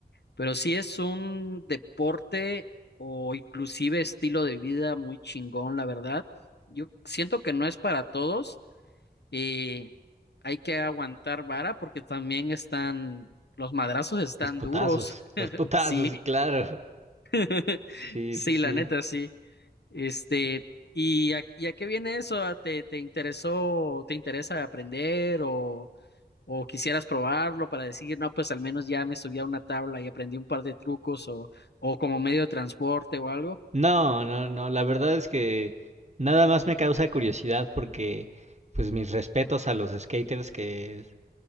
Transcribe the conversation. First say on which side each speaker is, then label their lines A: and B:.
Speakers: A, on the left; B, on the right.
A: pero sí es un deporte o inclusive estilo de vida muy chingón, la verdad. Yo siento que no es para todos. Y hay que aguantar vara porque también están, los madrazos están
B: Los putazos,
A: duros.
B: los
A: <laughs>
B: putazos,
A: Sí,
B: sí, claro.
A: <laughs>
B: Sí,
A: sí,
B: sí, sí.
A: la neta, sí. Este, ¿y a, y a qué viene eso? ¿Te, te interesó, te interesa aprender o, o quisieras probarlo para decir, no, pues al menos ya me subí a una tabla y aprendí un par de trucos o, o como medio de transporte o algo?
B: No, no, no, la verdad es que nada más me causa curiosidad porque, pues mis respetos a los skaters que,